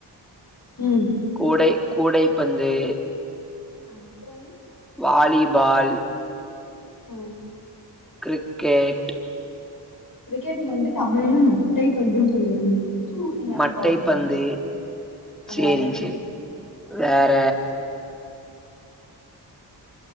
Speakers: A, on the left; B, in the centre.
A: ம்
B: கூடை கூடைப்பந்து
A: அப்றோ
B: வாலி பால்
A: ஓ
B: க்ரிக்கெட்
A: க்ரிக்கெட்டுக் வந்து தமிழ்ல மட்டை பந்துன் சொல்லுவாங்க சோ நீங்க அடுத்து
B: மட்டைப்பந்து
A: ஃபாலோ பண்ணிக்கோங்க
B: சேரிங்
A: வேறங்க
B: சேரி வேற